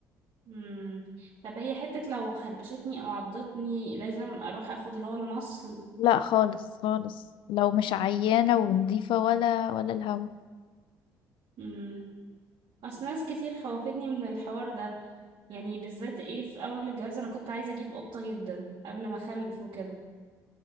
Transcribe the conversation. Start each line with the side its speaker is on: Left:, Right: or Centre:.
Right: امم طب هي حتة لو خبشتني او عضتني لازم اروح اخد اللي هو المصل
Left: لا خالص خالص لو مش عيانة ونظيفة ولا ولا الهوا
Right: امم اصل ناس كتير خوفتني من الحوار ده يعني بالذات ايه في اول الجواز انا كنت عايزة اجيب قطة جدا قبل ما اخلف وكده